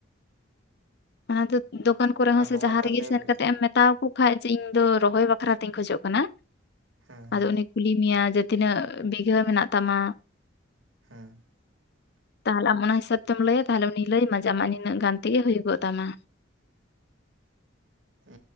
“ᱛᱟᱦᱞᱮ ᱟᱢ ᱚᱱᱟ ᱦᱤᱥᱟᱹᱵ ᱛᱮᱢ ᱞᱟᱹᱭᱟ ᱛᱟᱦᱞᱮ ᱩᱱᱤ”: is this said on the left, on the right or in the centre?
Left